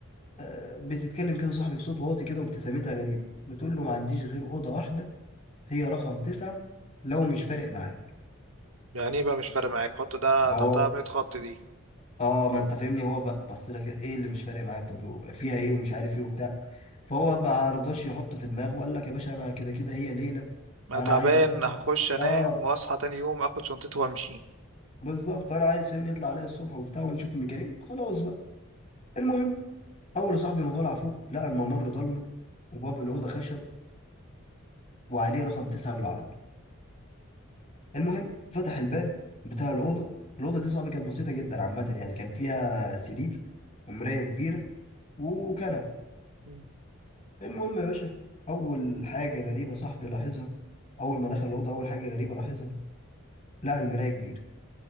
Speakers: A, on the left (about 35°); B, on the right (about 75°).
A: آه بتتكلم كده صاحبي بصوت واطي كده وابتسامتها غريبه بتقول له ما عنديش غير اوضه واحده هي رقم تسعة لو مش فارق معاك
B: يعني ايه بقى مش فارق معاك حط ده
A: ما
B: تحتها
A: هو
B: 100 خط دي
A: اه ما انت فاهمني هو بقى بص لك ايه اللي مش فارق معاك طب فيها ايه ومش عارف ايه وبتاع فهو ما رضاش يحط في دماغه وقال لك يا باشا انا كده كده هي ليله
B: انا
A: انا
B: تعبان
A: عايز اباتها
B: هخش انام
A: اه
B: واصحى تاني يوم اخد شنطتي وامشي
A: بالظبط انا عايز فاهمني يطلع عليا الصبح وبتاع ونشوف الميكانيك خلاص بقى المهم اول يا صاحبي ما طلع فوق لقى الممر ضلمه وباب الاوضه خشب وعليه رقم تسعة بالعربي المهم فتح الباب بتاع الاوضه الاوضه دي صاحبي كانت بسيطه جدا عامه يعني كان فيها سرير ومرايه كبيره وكنبه
B: مم.
A: المهم يا باشا اول حاجه غريبه صاحبي لاحظها اول ما دخل الاوضه اول حاجه غريبه لاحظها لقى المرايه كبيره